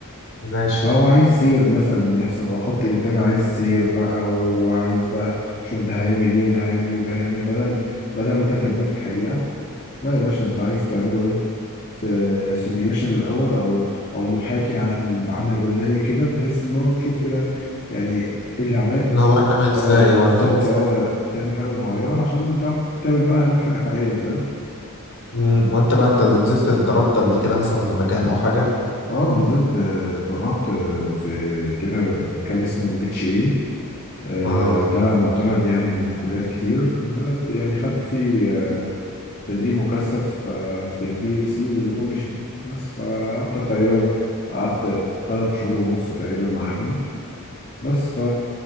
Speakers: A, on the left; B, on the left.
A: ماشي
B: فهو عايز سير مثلا يحصل او خط انتاج عايز سير بقى وعايز بقى شوف ده هيعمل ايه وده هيعمل ايه وده هيعمل إيه، بدل بدل ما انت تعمله في الحقيقة لا يا باشا انت عايز تعمله ايه في سيميوليشن الاول او او محاكي على ال- على برنامج كده بحيث ان هو تشوف كده يعني ايه اللي عملت
A: الموضوع يتعمل ازاي
B: اه بالظبط
A: وهتتم ازاي
B: اه تعمل حاجة صغيرة عشان تعرف تعمل بقى حاجة حقيقية فاهم
A: مم، وانت بقى اتد- نزلت اتدربت قبل كده مثلا في مكان او حاجه
B: اه نزلت آه، اتدربت آه، في كده مكان اسمه اتش آه،
A: اه
B: ده معتمد يعني من كليات كتير آه، يعني خدت فيه آه، تدريب مكثف آه، في البي ال سي والاوتوميشن بس فقعدت تقريبا قعدت ثلاث شهور ونص تقريبا معاهم بس ف